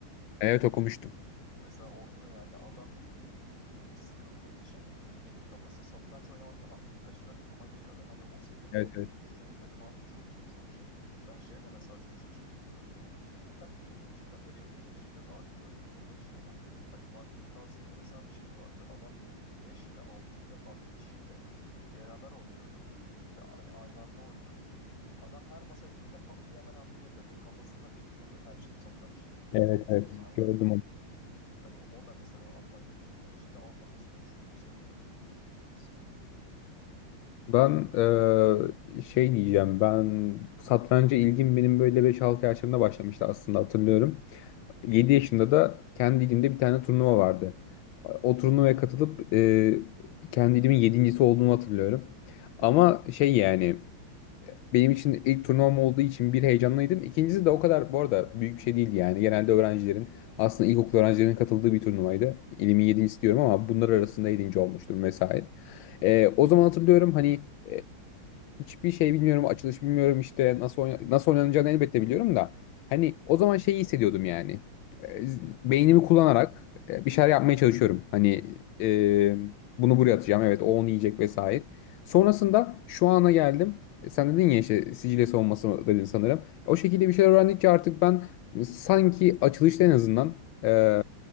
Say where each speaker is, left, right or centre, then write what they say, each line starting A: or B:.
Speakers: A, on the left; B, on the left.
A: Evet okumuştum.
B: Mesela orada da yani adam bildiğin sıkıldığı için kendi kafasında satranç oynamaktan aklını kaçacak duruma geliyor. Ve hani o seviyede
A: Evet
B: o
A: evet.
B: düşünebilmek harbi çok zor, çok şey. Ben şeye de mesela çok şaşırıyorum yani. E tabii ki küçükten beri yapınca bir şekilde daha kolay olurdur onlar için ama hani Magnus Carlsen'in mesela bir şeyi vardı. Adam 5 mi 6 mı ne farklı kişiyle beraber oynuyordu. Ve hani aynı anda oynuyordu bunu. Adam her masaya gittiğinde pat diye hemen hamleyi yapıyordu. Kafasında belirliyordu her satranç şeyini.
A: Evet
B: Masasını
A: evet
B: ayrı
A: gördüm
B: ayrı.
A: onu.
B: Hani o da mesela apayrı bir şey. Hani cidden anlaması güç o seviyedeki düşünce yapısını.
A: Ben eee, şey diyeceğim ben satranca ilgim benim böyle beş 6 yaşlarımda başlamıştı aslında hatırlıyorum. yedi yaşımda da kendi ilimde bir tane turnuva vardı. O turnuvaya katılıp eee kendi ilimin 7.'si olduğumu hatırlıyorum. Ama şey yani benim için ilk turnuvam olduğu için bir heyecanlıydım. İkincisi de o kadar bu arada büyük bir şey değildi yani. Genelde öğrencilerin aslında ilkokul öğrencilerinin katıldığı bir turnuvaydı. İlimin yedincisi diyorum ama bunlar arasında yedinci olmuştum vesaire. Ee, o zaman hatırlıyorum hani e, Hiçbir şey bilmiyorum, açılış bilmiyorum işte nasıl oyna- nasıl oynanacağını elbette biliyorum da hani o zaman şeyi hissediyordum yani. E, z- Beynimi kullanarak e, bir şeyler yapmaya çalışıyorum. Hani e, bunu buraya atacağım. Evet, o onu yiyecek vesaire. Sonrasında şu ana geldim. E, Sen dedin ya işte Sicilya savunması dedin sanırım. O şekilde bir şeyler öğrendikçe artık ben sanki açılışta en azından e,